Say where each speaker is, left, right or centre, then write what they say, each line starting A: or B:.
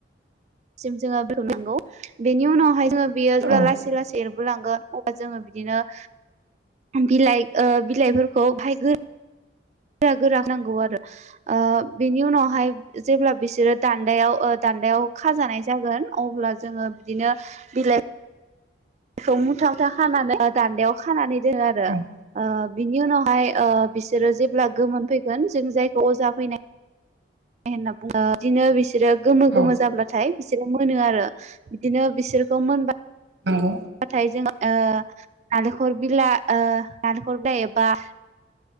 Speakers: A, on the right; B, on the right.
A: सिम जोंङो <unintelligible> बेनि उनावहाय जोङो बियो जेब्ला
B: औ
A: लासै लासै एर लांगोन अब्लाजोङो बिदिनो बिलाइ ओ बिलाइफोरखौ फाय गोर गोरा गोरा नांगौ आरो ओ बेनि उनाव फाय जेब्ला बिसोरो दान्दायाव ओ दान्दायाव खाजानाय जागोन अब्ला जोङो बिदिनो बिलाइ मौ मुथ मुथा खानानै दान्दायाव खानानै दोनो आरो
B: औ
A: ओ बिनि उनावहाय ओ बिसोरो जेब्ला गोमोन फैगोन जों जायखौ अजा फैनाय <inaudible> होनना बुङो बिदिनो बिसोरो गोमो
B: औ
A: गोमो जाब्लाथाय बिसोरो मोनो आरो बिदिनो बिसोरखौ मोनबा
B: नंगौ
A: नाथाय जों ओ नालेंखर बिलाइ ओ नालेंखर बिला एबा